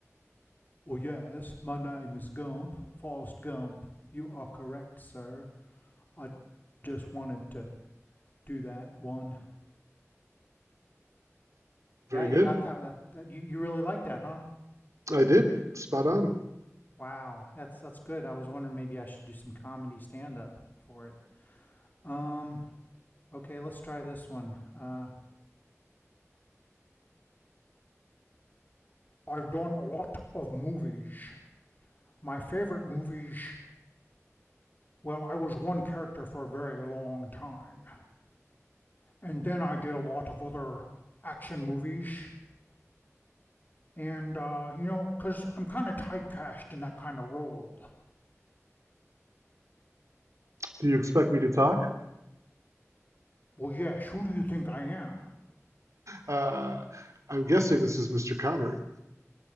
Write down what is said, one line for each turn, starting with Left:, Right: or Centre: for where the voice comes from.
Left: Well, yes, my name is Gump, Forrest Gump. You are correct, sir. I just wanted to do that one. Yeah,
Right: Very
Left: you
Right: good.
Left: got that. That, that you, you really like that, huh?
Right: I did. Spot on.
Left: Wow, that's that's good. I was wondering maybe I should do some comedy stand up for it. Um, okay, let's try this one. Uh, I've done a lot of movies. My favorite movies, well, I was one character for a very long time. And then I did a lot of other action movies. And, uh, you know, 'cause I'm kind of typecast in that kind of role.
Right: Do you expect me to talk?
Left: Well, yes, who do you think I am?
Right: Uh, I'm guessing this is Mr. Connery.